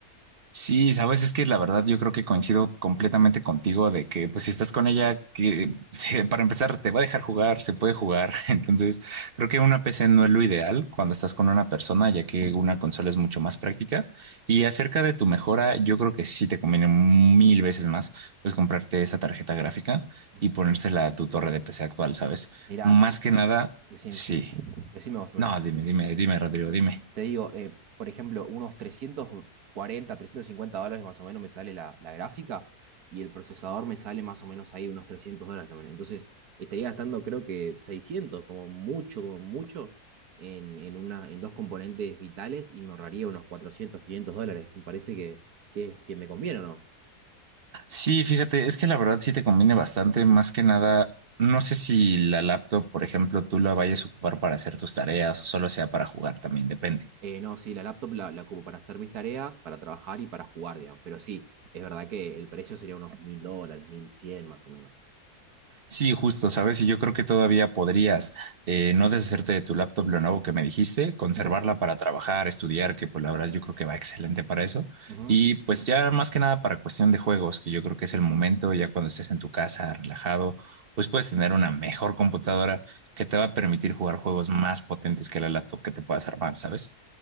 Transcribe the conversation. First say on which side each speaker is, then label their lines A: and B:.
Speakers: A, on the right (about 40°); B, on the right (about 70°).
A: Sí, sabes, es que la verdad yo creo que coincido completamente contigo de que pues si estás con ella, que eh, <laughs> se- para empezar te va a dejar jugar, se puede jugar. <laughs> Entonces, creo que una PC no es lo ideal cuando estás con una persona, ya que
B: Ujú,
A: una consola es mucho más práctica. Y acerca de tu mejora, yo creo que sí te conviene mil veces más pues comprarte esa tarjeta gráfica
B: ujú.
A: y ponérsela a tu torre de PC actual, ¿sabes?
B: Mirá,
A: Más que nada,
B: Decime,
A: sí.
B: decime vos primero.
A: No, dime, dime, dime, Rodrigo, dime.
B: Te digo, eh, por ejemplo, unos trescientos cuarenta trescientos cincuenta dólares más o menos me sale la, la gráfica y el procesador me sale más o menos ahí unos 300 dólares también. Entonces, estaría gastando creo que 600 como mucho, como mucho, en, en, una, en dos componentes vitales y me ahorraría unos 400 500 dólares. Me parece que, que, que me conviene, ¿o no?
A: Sí, fíjate, es que la verdad sí te conviene bastante, más que nada, no sé si la laptop, por ejemplo, tú la vayas a ocupar para hacer tus tareas o solo sea para jugar, también depende.
B: Eh, no, sí, la laptop la, la ocupo para hacer mis tareas, para trabajar y para jugar, digamos. Pero sí, es verdad que el precio sería unos 1000 dólares, 1100 más o menos.
A: Sí, justo, ¿sabes? Y yo creo que todavía podrías eh, no deshacerte de tu laptop lo nuevo que me dijiste, conservarla
B: Ujú,
A: para trabajar, estudiar, que pues la verdad yo creo que va excelente para eso.
B: ujú.
A: Y pues ya más que nada para cuestión de juegos, que yo creo que es el momento, ya cuando estés en tu casa, relajado, pues puedes tener una mejor computadora que te va a permitir jugar juegos más potentes que la laptop que te puedas armar, ¿sabes?